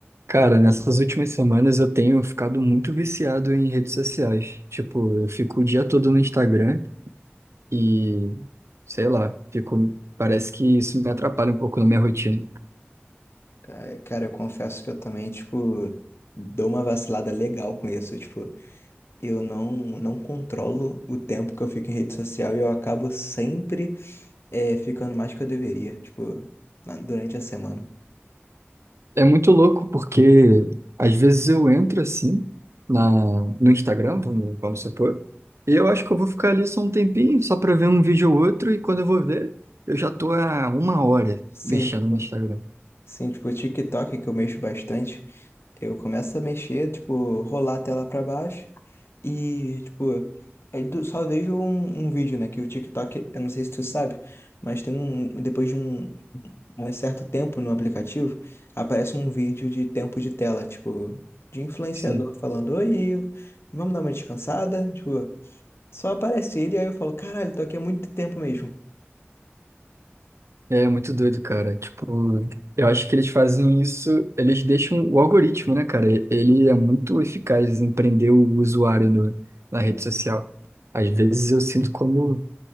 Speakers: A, on the right; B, on the left.
A: Cara, nessas últimas semanas eu tenho ficado muito viciado em redes sociais. Tipo, eu fico o dia todo no Instagram e, sei lá, fico, parece que isso me atrapalha um pouco na minha rotina.
B: Ah, Cara, eu confesso que eu também, tipo, dou uma vacilada legal com isso. Tipo, eu não, não controlo o tempo que eu fico em rede social e eu acabo sempre eh, ficando mais que eu deveria, tipo, na- durante a semana.
A: É muito louco porque às vezes eu entro assim na, no Instagram, vamos, vamos supor, e eu acho que eu vou ficar ali só um tempinho, só pra ver um vídeo ou outro, e quando eu vou ver, eu já tô há uma hora
B: Sim,
A: mexendo no Instagram.
B: sim, tipo, o TikTok que eu mexo bastante, eu começo a mexer, tipo, rolar a tela pra baixo e, tipo, aí do- só vejo um, um vídeo, né? Que o TikTok, eu não sei se tu sabe, mas tem um, depois de um um certo tempo no aplicativo, aparece um vídeo de tempo de tela, tipo, de influenciador
A: Sim.
B: falando, oi, vamos dar uma descansada? Tipo, só aparece ele, aí eu falo, caralho, tô aqui há muito tempo mesmo.
A: É muito doido, cara. Tipo, eu acho que eles fazem isso, eles deixam o algoritmo, né, cara? Ele é muito eficaz em prender o usuário no, na rede social. Às vezes eu sinto como